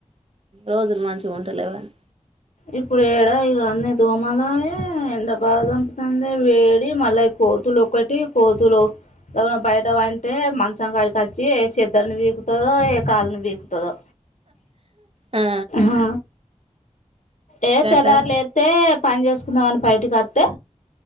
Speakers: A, on the right; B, on the left.
A: రోజులు మంచిగా ఉంటలేవ్ గాని
B: ఇప్పుడు ఏడ ఇగ అన్నీ దోమలాయే ఎండ బాగా చంపుతందే వేడి మళ్ళ కోతులు ఒకటి కోతులు ఒకవేళ బయట పంటే మంచం కాడికి వచ్ ఏ సేదర్ని పీక్ ఓయ్ కాల్ను బీకుతదో
A: ఆ
B: హా ఏ
A: గట్లానే
B: తెల్లార్ లెత్తే పని చేసుకుందాం అని బయటకి వత్తే